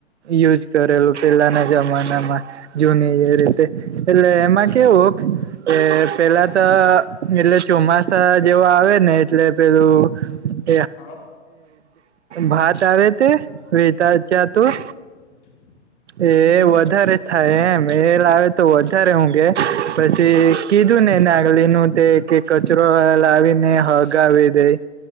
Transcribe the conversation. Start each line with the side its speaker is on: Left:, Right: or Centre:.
Right: યુઝ કરેલું પેલાના જમાનામાં જૂની એ રીતે, એટલે એમાં કેવું, કે પેલા
Left: હમ
Right: તો એટલે ચોમાસા, જેવો આવેને એટલે પેલું, <inaudible>
Left: હા
Right: ભાત આાવે તે! <unintelligible> ત્યાં તું
Left: <inaudible>
Right: એ
Left: હમ
Right: વધારે થાય એમએ લાવે તો વધારે હું ગે પછી કીધુંને એને ગલીનું તે કે કચરો
Left: હા
Right: લાવીને હગાવી દેય.